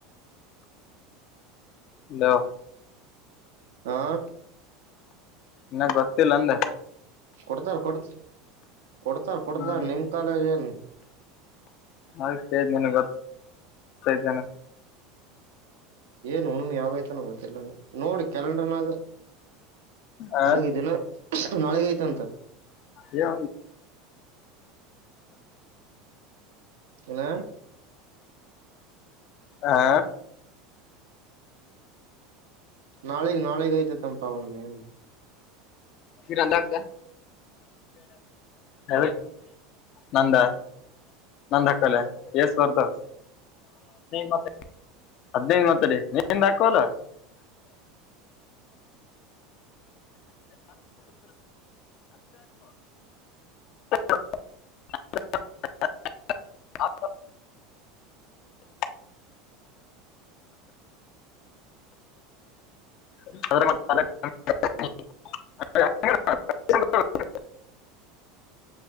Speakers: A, on the left; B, on the right.
A: ನ
B: ಹಾ
A: ಇನ್ನಾಗ ಗೊತ್ತಿಲ್ಲ ಅಂದ
B: ಕೊಡ್ತಾರ ಕೊಡ್ತ ಕೊಡ್ತಾರ ಕೊಡ್ತಾರ
A: ಹ್ಮ್
B: ನಿಮ್ ಕಾಲೇಜ್ ಏನ್
A: ಅದೇನ ಗೊ ಗೊ ಇದ್ದೇನೆ
B: ಏನ್ ಉಣುಮಿ ಯಾವಾಗ್ತಾನ ಗಓತ್ತತಿಿಲ್ಲಲ್ಲ ನೀವು ನೋಡಿ ಕ್ಯಾಲಂಡ್ರನಾಗ
A: ಆ
B: ನಾಳಗ ಇದ್ದೇನ ನಾಳೆಗ ಐತೆಂತ
A: ಕಾರ
B: ಏನ
A: ಹಾ
B: ನಾಳಗ್ ನಾಳಗ್ ಐತತ್ಂಪ ಅವನ ಮೇನ್
A: ಕಿ ಹಾತ ಹ ನಂದ ಹಾಕ್ಕಲ್ಲ ಎಸ್ ವರ್ತದ ಮತ್ತ ಹದ್ಿನೈದು ಮತ್ತಡಿ ನೀಿಂದ ಹಾಕಲ್ಲ ಹ ಹ ಅ್ರ